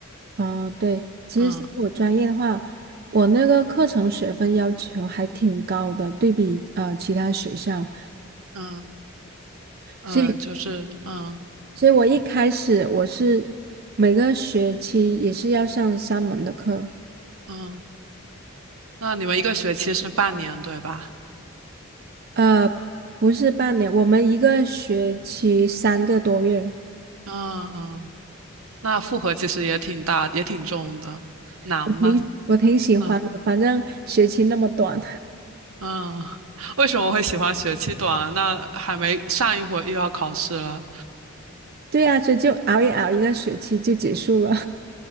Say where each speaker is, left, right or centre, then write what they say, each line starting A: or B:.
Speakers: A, on the right (about 45°); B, on the right (about 80°).
A: 哦，对，其实是我专业的话，
B: 嗯
A: 我那个课程学分要求还挺高的，对比呃其他学校，
B: 嗯嗯，
A: 所以
B: 呃就是嗯
A: 所以我一开始我是每个学期也是要上三门的课，
B: 嗯。那你们一个学期是半年，对吧？
A: 呃，不是半年，我们一个学期三个多月，
B: 嗯嗯，那负荷其实也挺大，也挺重的，难吗？
A: 我挺我挺喜欢的，
B: 嗯
A: 反正学期那么短，
B: 嗯，<laughs> 为什么会喜欢学期短啊？那还没上一会儿又要考试了，
A: <laughs> 对啊，所以就熬一熬，一个学期就结束了。